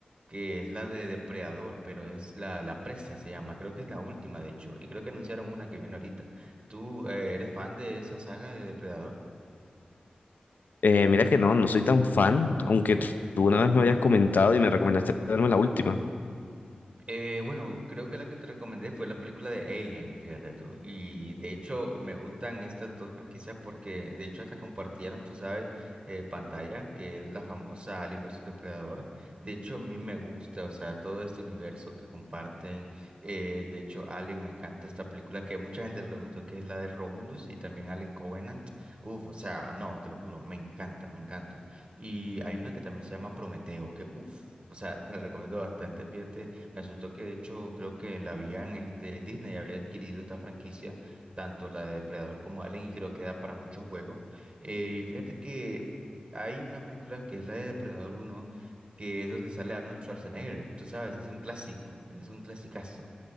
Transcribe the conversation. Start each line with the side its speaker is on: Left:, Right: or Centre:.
Right: que es la de Depredador, pero es la, la presa, se llama, creo que es la última, de hecho, y creo que anunciaron una que viene ahorita. ¿Tú eh, eres fan de esa saga de Depredador?
Left: Eh, mira que no, no soy tan fan, aunque tú una vez me habías comentado y me recomendaste verme la última.
Right: Eh, bueno, creo que la que te recomendé fue la película de Alien, fíjate tú. Y de hecho me gustan estas dos franquicias porque de hecho hasta compartieron, tú sabes, eh, pantalla, que es la famosa Alien versus Depredador. De hecho a mí me gusta, o sea, todo este universo que comparten. eh, de hecho Alien, me encanta esta película que a mucha gente no le gustó, que es la de Romulus y también Alien Covenant. Uf, o sea, no, te lo juro, me encanta, me encanta. Y hay una que también se llama Prometeo, que uf. O sea, te la recomiendo bastante, fíjate me asustó que de hecho creo que la habían, este, Disney había adquirido esta franquicia, tanto la de Depredador como Alien, y creo que da para muchos juegos. Eh, y fíjate que hay una película que es la de Depredador uno que es donde sale Arnold Schwarzenegger, tú sabes, es un clásico, es un clasicazo.